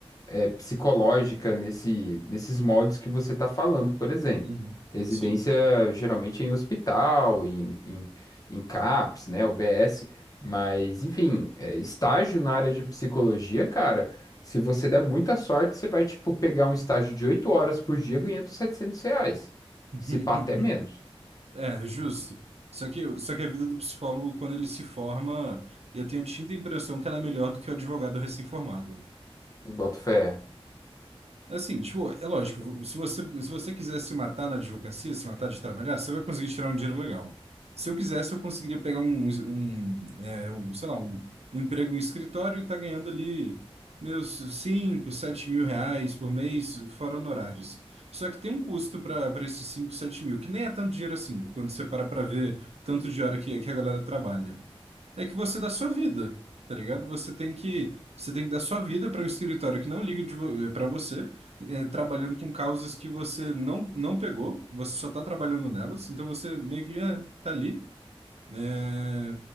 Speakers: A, on the left; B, on the right.
A: é, psicológica nesse, nesses moldes que você está falando, por exemplo.
B: Uhum.
A: Residência
B: Sim.
A: geralmente é em hospital, em, em, em CAPS, né, UBS, mas enfim, é, estágio na área de psicologia, cara, se você der muita sorte, você vai, tipo, pegar um estágio de 8 horas por dia ganhando 700 reais,
B: <laughs>
A: se pá até menos,
B: É, justo. Só que, só que a vida do psicólogo, quando ele se forma, eu tenho a distinta impressão que ela é melhor do que o advogado recém-formado.
A: boto fé.
B: Assim, tipo, é lógico, se você, se você quiser se matar na advocacia, se matar de trabalhar, você vai conseguir tirar um dinheiro legal. Se eu quisesse, eu conseguiria pegar um, um, é, um, sei lá, um, um emprego em escritório e tá ganhando ali meus 5 7 mil reais por mês, fora honorários. Só que tem um custo para para esses 5 7 mil, que nem é tanto dinheiro assim, quando você para para ver tanto de hora que, que a galera trabalha é que você dá sua vida, tá ligado? Você tem que, você tem que dar sua vida para um escritório que não liga de vo para você, é, trabalhando com causas que você não, não pegou, você só tá trabalhando nelas, então você meio que é, tá ali, né?